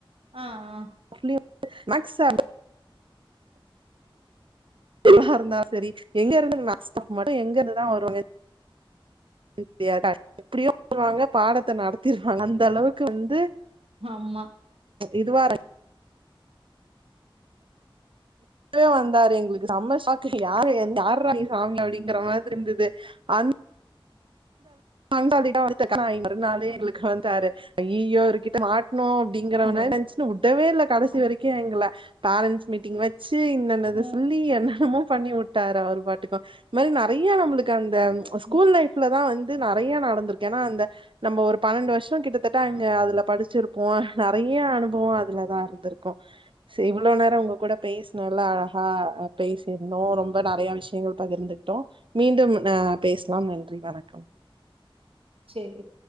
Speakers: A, on the right; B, on the right.
A: ஆ ஆ
B: <unintelligible> மேக்ஸ் சார்த எல்லாம் இருந்தா செரி எங்க இருதுங்க நஷ்டம் மட்டும் எங்க இருதா வருவங்க <unintelligible> எப்படியும் வருவாங்க பாடத்த நடத்திருவாங்க அந்த அளவுக்கு வந்து
A: ஆமா
B: இதுவாருக் வே வந்தாரு எங்களுக்கு செம்ம ஷாக் யாரு இந் யாருடா சாமி அப்படிங்கிற மாதிரி இருந்தது அந் பங்காலிட்டா வந்துக்கன் நா மறுநாளே எங்களுக்கு வந்ந்தாரு ஐயயோ இவரு கிட்ட மாட்ணோம் அப்படிங்கற
A: ஓ.
B: நென்சு உடவே இல்ல கடைசி வரைக்கும் எங்கல பேரன்ட்ஸ் மீட்டீங் வ ச்சி என்னன்னத
A: ம்.
B: சொல்லி பண்ணி உட்டாரு ஒரு பாட்டுக்கும் இந் மாதிரி நறைய நம்மளுக் கந்த ஸ்கூல்
A: ம்.
B: லைஃப்ல தான் வந்து நறைய நடந்திருக்கு ஏன்னா இந்த நம்ம ஒரு பனெண்டு வருஷம் கிட்டத்தட்ட அங்க அதுல படிச்சிருப்போம் நறைய அனுபவோ அதுலதான் இருக்கும் செய்வு இவ்ளோ நேரம் உங்க கூட பேசினல்லா அழகா பேசியிருந்தோம் ரொம்ப நறைய விஷ்யங்கள் பகிர்ந்துகிட்டோம் மீண்டும் அ பேசலாம் நன்றி வணக்கம்
A: சேய